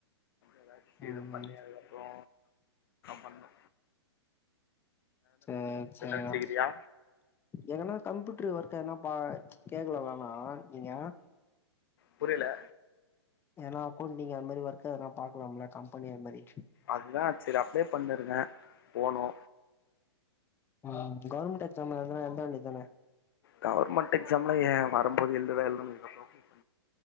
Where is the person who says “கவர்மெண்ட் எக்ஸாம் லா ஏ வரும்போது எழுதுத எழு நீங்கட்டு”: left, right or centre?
Left